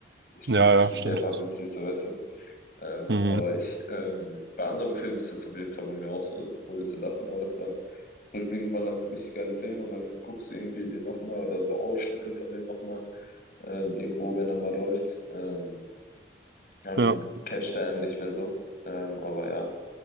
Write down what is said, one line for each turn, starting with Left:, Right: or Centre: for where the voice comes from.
Left: Ich
Right: Ja,
Left: finde,
Right: ja,
Left: ich finde
Right: stimmt.
Left: die einfach witzig, so weißt du. Ähm,
Right: Mhm.
Left: aber ich, ähm, bei anderen Filmen ist das auf jeden Fall bei mir auch so, wo ich so dachte, boah, das war rückblickend waren das richtig geile Filme und dann guckst du irgendwie den nochmal oder so Ausschnitte von dem nochmal ähm, irgendwo, wenn er mal läuft, ähm, dann
Right: Ja.
Left: catcht er einen nicht mehr so. Ähm, aber ja,